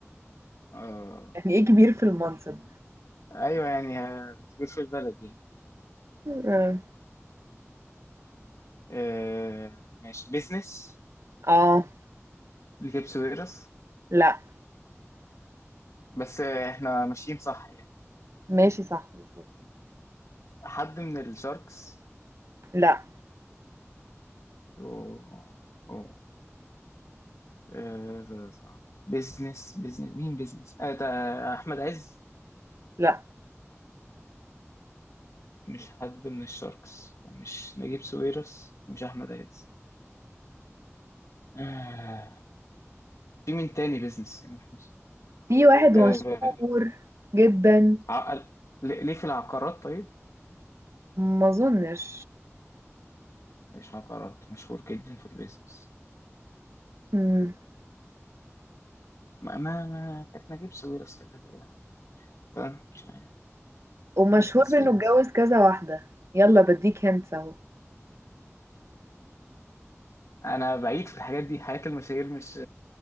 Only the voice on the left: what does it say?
آه
ايوه يعني آه، كبير في البلد يعني
آه ماشي بيزنس
لجيبس ويرس
بس آه احنا ماشيين صح يعني
حد من الشاركس
و... و... آه ز- ز- بيزنس بيزنس مين بيزنس آه ده احمد عز
مش حد من الشاركس ومش نجيب ساويرس ومش احمد عز آه في مين تاني بيزنس هنا في مصر
آه،
عقل ليه ليه في العقارات طيب؟
مش عقارات مشهور جدا في البيزنس
ما ما, ما كانت نجيب ساويرس كده هتبقى تمام، مش عارف
بيزنس
بيزنس
انا بعيد في الحاجات دي حياة المشاهير مش